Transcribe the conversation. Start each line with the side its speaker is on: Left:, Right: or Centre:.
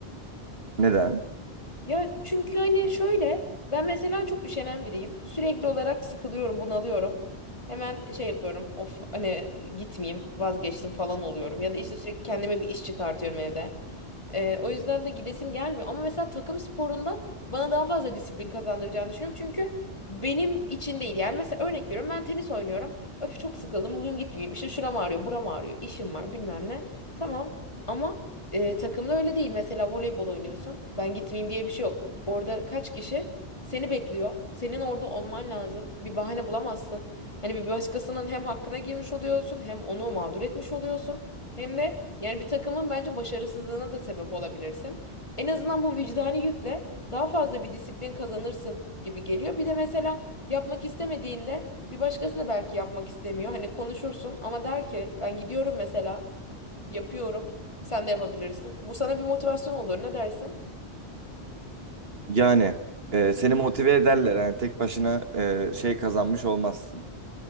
Right: Neden?
Left: Ya çünkü hani şöyle ben mesela çok üşenen biriyim. Sürekli olarak sıkılıyorum, bunalıyorum. Hemen şey yapıyorum. Of hani gitmeyeyim, vazgeçtim falan oluyorum. Ya da işte sürekli kendime bir iş çıkartıyorum evde. Ee, o yüzden de gidesim gelmiyor. Ama mesela takım sporunda bana daha fazla disiplin kazandıracağını düşünüyorum. Çünkü benim için değil. Yani mesela örnek veriyorum ben tenis oynuyorum. Öf çok sıkıldım bugün gitmeyeyim. İşte şuram ağrıyor, buram ağrıyor, işim var bilmem ne. Tamam ama e, takımda öyle değil. Mesela voleybol oynuyorsun. Ben gitmeyeyim diye bir şey yok. Orada kaç kişi seni bekliyor. Senin orada olman lazım. Bir bahane bulamazsın. Hani bir başkasının hem hakkına girmiş oluyorsun hem onu mağdur etmiş oluyorsun. Hem de yani bir takımın bence başarısızlığına da sebep olabilirsin. En azından bu vicdani yükle daha fazla bir disiplin kazanırsın gibi geliyor. Bir de mesela yapmak istemediğinde bir başkası da belki yapmak istemiyor. Hani konuşursun ama der ki ben gidiyorum mesela yapıyorum. Sen de yapabilirsin. Bu sana bir motivasyon olur. Ne dersin?
Right: Yani e, seni motive ederler. Yani tek başına e, şey kazanmış olmazsın.